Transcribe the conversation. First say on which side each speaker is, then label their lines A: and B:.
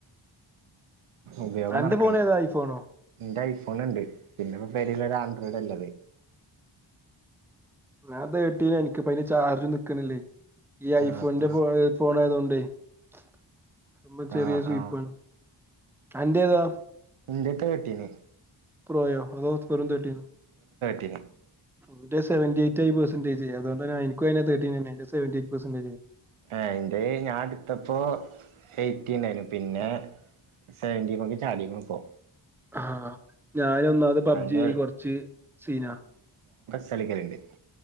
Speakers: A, on the right; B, in the centre.
A: ഉപയോഗം
B: എന്റെ
A: നടക്കണ്ടേ
B: ഫോൺ ഏതാ ഐഫോണോ
A: എന്റൈസ് പണോണ്ട് പിന്നെപ്പ പെരിയല ഒരു ആൻഡ്രോയ്ഡ് അല്ലത്
B: ഞാ തേട്ടീയാ എനിക്ക്പ ല് ചാർജ് നിക്കണില്ലേ ഈ
A: ആഹ്
B: ഐഫോൺന്റെ
A: ആഹ്
B: ഫോൺ ആയതോണ്ട് <unintelligible> സമ്മം ചെറിയര
A: ആഹ്
B: സ്വീപ്പാണ്
A: ആഹ്
B: അന്റേതോ
A: എന്റെയട്ക്കാ കെട്ടീന്
B: പ്രോയോ അർദോസ്ഫറും തേറ്റീന്നും
A: തിനി
B: വന്റെ സെവന്റിഎയ്റ്റ് പേർസെന്റ് ഇത് ചെയ്യാത്തോണ്ട് ന്ന എനിക്കും തേട്ടിനയൻ സെവന്റിഎയിറ്റ് പേർസന്റേജായി
A: ആ എന്റെ ഞാൻ എടുത്തപ്പോ എയ്റ്റീ ആയിരുന്നു പിന്നെ സെവന്റീ മക്ക്ചാടിയ്ക്ണിപ്പോ
B: ആഹ് ഞാൻ ഒന്നാത് പബ്ജി
A: അയിന്
B: ആയി കൊറച്ച് സീനാ-
A: സലിക്കലുണ്ട്